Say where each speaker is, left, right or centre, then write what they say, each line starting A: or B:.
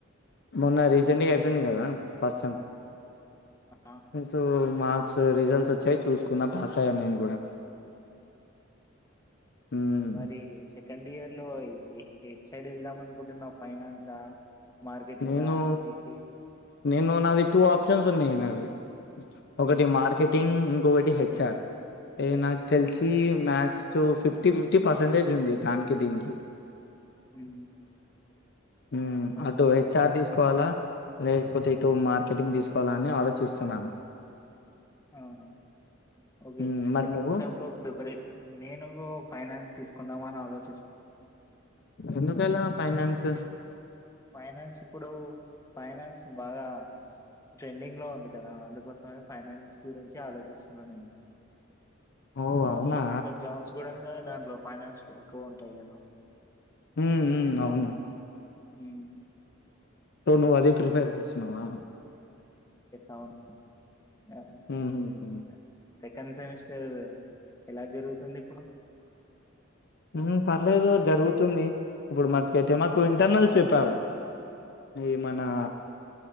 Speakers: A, on the left; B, on the left.
A: మొన్న రీసెంట్గా అయిపోయింది కదా ఫస్ట్ సెమ్
B: ఆ,
A: సో మార్క్స్ రిజల్ట్స్ వచ్చాయి చూసుకున్నా పాస్ అయ్యాను నేను కూడా హ్మ్.
B: మరి సెకండ్ ఇయర్ ఇలో ఏ ఎటు సైడ్ వెళ్దాం అనుకుంటున్నావు ఫైనాన్సా మార్కెటింగా
A: నేను
B: ఏంటి
A: నేను నాది టూ ఆప్షన్స్ ఉన్నాయి నావి
B: హ్మ్
A: ఒకటి మార్కెటింగ్ ఇంకొకటి హెచ్ఆర్ ఏ నాకు తెలిసి max so fifty fifty percentage ఉంది దానికి దీనికి
B: హ్మ్
A: మ్మ్
B: ఓకే
A: అదో అది తీసుకోవాలా లేకపోతే ఇటు మార్కెటింగ్ తీసుకోవాలా అని ఆలోచిస్తున్నాను
B: అవునా ఓకే
A: హ్మ్. మరి
B: సెకండ్
A: నువ్వు
B: సమ్ లో ప్రిపరేన్ నేను ఫైనాన్స్ తీసుకుందామా అని అలో
A: ఎందుకలా ఫైనాన్స్
B: ఫైనాన్స్ ఇప్పుడు ఫైనాన్స్ బాగా ట్రెండింగ్ లో ఉంది కదా అందుకోసమే ఫైనాన్స్ గురించి ఆలోచిస్తున్నా నేను
A: ఓ అవునా
B: ఏ దాంట్లో జాబ్స్ కూడాంగా దాంట్లో ఫైనాన్స్ లో ఎక్కువ ఉంటాయి కదా
A: హ్మ్ హ్మ్ అవును
B: మ్మ్
A: సో నువ్వు అదే ప్రిఫేర్ చేస్తున్నావా
B: అవును ఆ
A: హుహుహు.
B: సరే సెకండ్ సెమిస్టర్ ఎలా జరుగుతుంది ఇప్పుడు
A: మ్మ్ పర్లేదు జరుగుతుంది ఇప్పుడు మాకు అయితే మాకు ఇంటర్నల్స్ చెప్పారు ఈ మనా
B: ఓకే